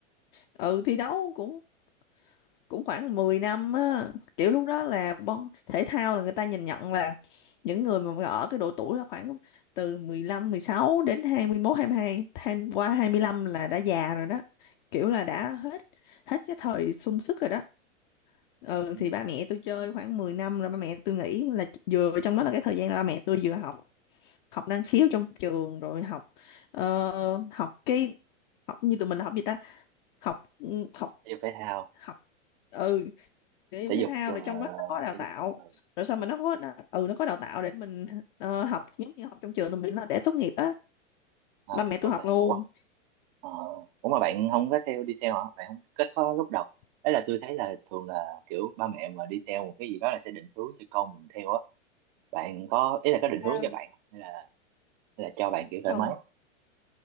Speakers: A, on the left; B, on the right.
A: ừ thi
B: Ừ.
A: đấu cũng cũng khoảng 10 năm á kiểu lúc đó là bon thể thao là người ta nhìn nhận là những người mà ở cái độ tuổi là khoảng từ mười lăm mười sáu đến hai hai mươi mốt hai mươi hai tham qua 25 là đã già rồi đó kiểu là đã hết hết cái thời sung sức rồi đó ừ
B: Ừ.
A: thì ba mẹ tôi chơi khoảng 10 năm rồi ba mẹ tôi nghĩ là vừa trong đó là cái thời gian là ba mẹ tôi vừa học học năng khiếu trong trường rồi học ờ, học cái học như tụi mình là học gì ta học ừ, học
B: Thể dục thể thao,
A: học ừ thể dục
B: thể
A: thể
B: dục,
A: thao
B: ờ,
A: rồi trong đó nó có đào
B: thể
A: tạo
B: dục. Ừ.
A: rồi sao mà nó có đào- ừ nó có đào tạo để mình ờ, học giống như học trong trường tụi mình là để tốt nghiệp á
B: Ờ,
A: ba mẹ tôi
B: ok.
A: học luôn
B: Ủa? Ờ. Ủa mà bạn không có theo đi theo hả? Bạn không kết có lúc đầu. Đấy là tôi thấy là thường là kiểu ba mẹ mà đi theo một cái gì đó là sẽ định hướng cho con mình theo á bạn có ý là có định hướng
A: À,
B: cho bạn không hay Hay là cho bạn kiểu thoải
A: không
B: mái